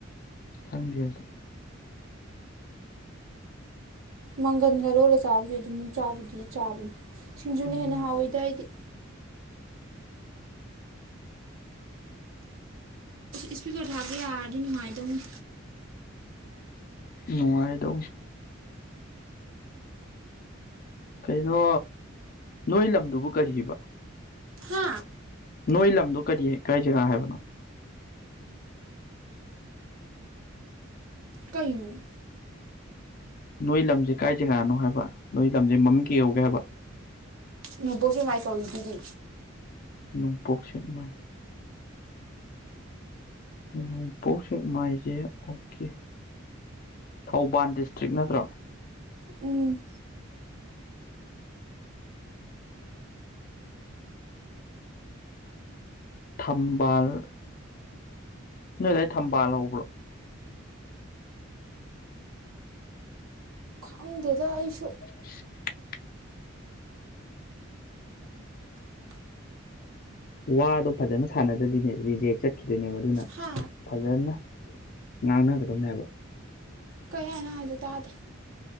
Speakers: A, on the left; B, on the right.
A: ꯈꯪꯗꯦ ꯑꯗꯨ꯫
B: ꯃꯪꯒꯟꯒ ꯂꯣꯜꯂ ꯆꯥꯕꯗꯤ ꯑꯗꯨꯝ ꯆꯥꯕꯨꯗꯤ ꯆꯥꯕꯅꯤ ꯁꯤꯡꯖꯨꯅ
A: ꯎꯝ
B: ꯍꯦꯟꯅ ꯍꯥꯎꯋꯤꯗ ꯑꯩꯗꯤ꯫ ꯏꯁ꯭ꯄꯤꯀꯔ ꯊꯥꯕ ꯌꯥꯔꯗꯤ ꯅꯨꯡꯉꯥꯏꯗꯧꯅꯤ꯫
A: ꯅꯨꯡꯉꯥꯏꯔꯗꯧꯅꯤ꯫ ꯀꯩꯅꯣ ꯅꯣꯏ ꯂꯝꯗꯨꯕꯨ ꯀꯔꯤꯕ꯫
B: ꯍꯥ
A: ꯅꯣꯏ ꯂꯝꯗꯣ ꯀꯔꯤ ꯀꯥꯏ ꯖꯒꯥ ꯍꯥꯏꯕꯅꯣ꯫
B: ꯀꯩꯅꯣ꯫
A: ꯅꯣꯏ ꯂꯝꯖꯦ ꯀꯥꯏ ꯖꯒꯥꯅꯣ ꯍꯥꯏꯕ ꯅꯣꯏ ꯂꯝꯖꯦ ꯃꯃꯤꯡ ꯀꯩ ꯀꯧꯒꯦ ꯍꯥꯏꯕ꯫
B: ꯅꯣꯡꯄꯣꯛ ꯁꯦꯛꯃꯥꯥꯏ ꯀꯧꯔꯤꯗꯨꯗꯤ꯫
A: ꯅꯣꯡꯄꯣꯛ ꯁꯦꯛꯃꯥꯏ꯫ ꯅꯣꯡꯄꯣꯛ ꯁꯦꯛ ꯃꯥꯏꯖꯦ ꯑꯣꯀꯦ ꯊꯧꯕꯥꯜ ꯗꯤꯁꯇ꯭ꯔꯤꯛ ꯅꯠꯇ꯭ꯔꯣ꯫
B: ꯎꯝ
A: ꯊꯝꯕꯥꯜ꯫ ꯅꯣꯏ ꯑꯗꯥꯏ ꯊꯝꯕꯥꯜ ꯍꯧꯕ꯭ꯔꯣ꯫
B: ꯈꯪꯗꯦꯗ ꯑꯩꯁꯨ꯫
A: <unintelligible> ꯋꯥꯗꯣ ꯐꯖꯅ ꯁꯥꯟꯅꯗ꯭ꯔꯗꯤꯅꯦ ꯔꯤꯖꯦꯛ ꯆꯠꯈꯤꯗꯣꯏꯅꯦꯕ ꯑꯗꯨꯅ꯫
B: ꯍꯥ
A: ꯐꯖꯅ ꯉꯥꯡꯅꯒꯗꯕꯅꯦ ꯍꯥꯏꯕ꯫
B: ꯀꯩ ꯍꯥꯏꯅꯣ ꯅꯪꯪ ꯍꯥꯏꯗꯣ ꯇꯥꯗꯦ꯫